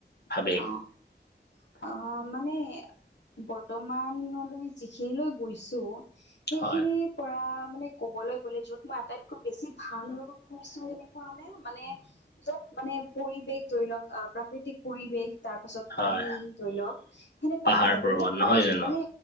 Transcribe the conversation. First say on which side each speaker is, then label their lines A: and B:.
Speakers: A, on the left; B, on the left.
A: ভাবে
B: অ'। অ', মানে বৰ্তমানলৈ যিখিনিলৈ গৈছোঁ সেইখিনিৰ
A: হয়
B: পৰা মানে কবলৈ গ'লে য'ত মই আটাইতকৈ বেছি ভাল আৰু কৰিছো এনেকুৱা হলে মানে যত মানে পৰিৱেশ ধৰি লওক প্ৰাকৃতিক পৰিৱেশ, তাৰ পাছত
A: হয়।
B: পানী ধৰি লওক সেনেকুৱা
A: পাহাৰ
B: ঠাই
A: পৰ্বত
B: ধৰি লওক
A: নহয়
B: মই
A: জানো
B: মানে